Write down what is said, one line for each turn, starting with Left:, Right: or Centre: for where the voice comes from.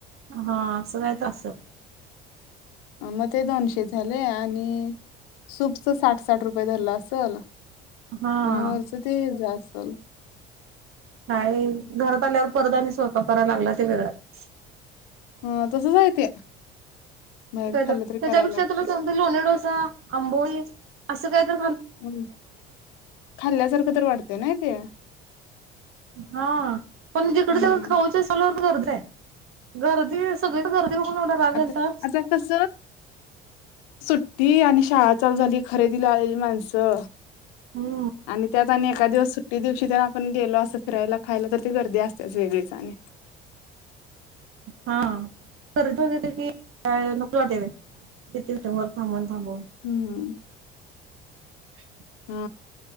Right: हा असं कायतर असल.
Left: मग ते दोनशे झाले आणि सूपच साठ, साठ रुपय धरलं असल.
Right: हा
Left: आणि वरचं ते हेज असल.
Right: काय घरात आल्यावर परत आणि स्वयपाक कराय लागला ते वेगळाच.
Left: ह तसचाय ते. बाहेर
Right: काय त्याच्यापेक्षा
Left: खाल्लं तरी करायला लागते.
Right: तुला सांगतो लोणी डोसा, आंबोळी असं कायतर
Left: हम् खाल्ल्यासारखं तर वाटतय नाय ते.
Right: हा पण जिकड
Left: हम्म
Right: सगळ खाऊच सला गर्दी. गर्दी सगळीकडं गर्दी बघून एवढा राग
Left: आता
Right: आलता
Left: आता कस सुट्टी आणि शाळा चाल झाली खरेदीला आले ली माणसं
Right: हम्म
Left: आणि त्यात आणि एका दिवस सु ट्टी दिवशी तर आपण गेलो असं फिरायला, खायला तर ते गर्दी असत्याच वेगळीच आणि.
Right: हा परत <unintelligible> आणि नको वाटत किती वर थांबून थांबून
Left: हम्म
Right: <inaudible>
Left: हा